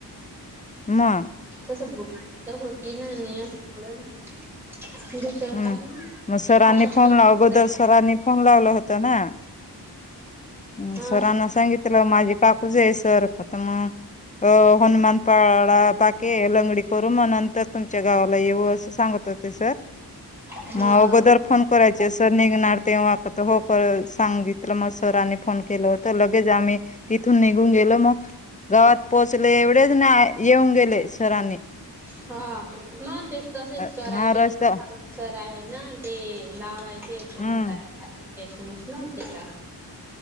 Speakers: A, on the left; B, in the centre.
A: म
B: ं बु तर होती ना नाही असं थोडं नाही. दुसरं
A: हम्म
B: काही नाही
A: मग सरांनी
B: आपलं
A: फोन ला अगोदर सरांनी फोन लावलं होत ना, ह
B: हा
A: सरांना सांगितलं माझे काकूज आहे सरता मग, अ हनुमान पाळा बाकी लंगडी करू मग नंतर तुमच्या गावाला येऊ असं सांगत होते सर.
B: हा
A: मग अगोदर फोन करायचे असर निघणार तेव्हात हो कर सांगितलं मग सरांनी फोन केलं होत लगेच आम्ही तिथून निघून गेलो मग, गावात पोहोचले एवढेच ना येऊन गेले सरांनी
B: हा मग ते तसेच
A: हा
B: करायचे
A: रस्ता
B: तेगसर आहे ना ते लावायचे
A: हम्म
B: मत शश मिस न्यका